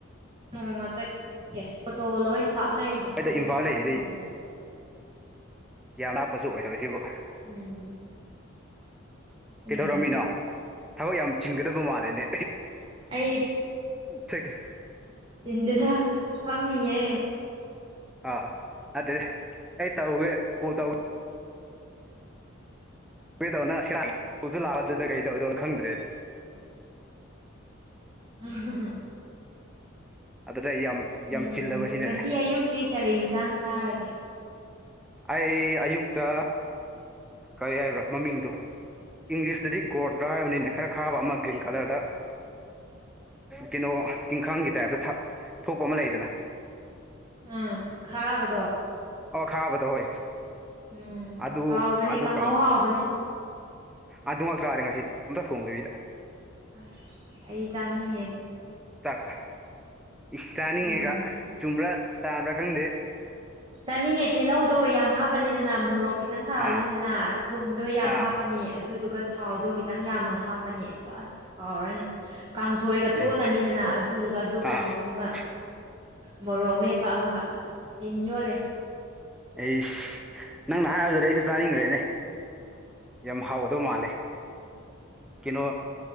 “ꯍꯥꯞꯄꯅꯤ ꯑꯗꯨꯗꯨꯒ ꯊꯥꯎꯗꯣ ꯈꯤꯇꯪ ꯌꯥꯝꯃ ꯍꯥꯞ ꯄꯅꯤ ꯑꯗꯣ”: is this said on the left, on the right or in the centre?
Right